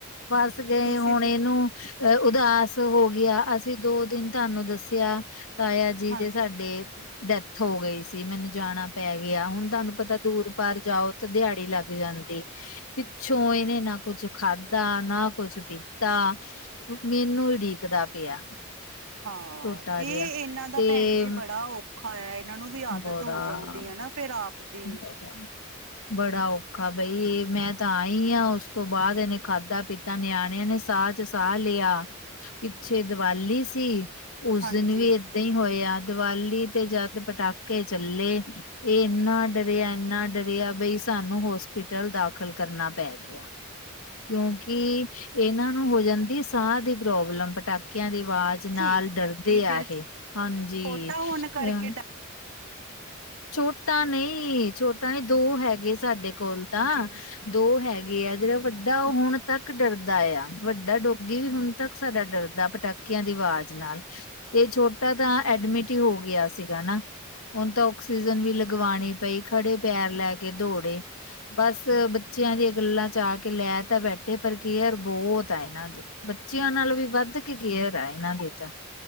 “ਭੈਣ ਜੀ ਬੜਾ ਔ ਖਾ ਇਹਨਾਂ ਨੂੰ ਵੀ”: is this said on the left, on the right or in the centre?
Right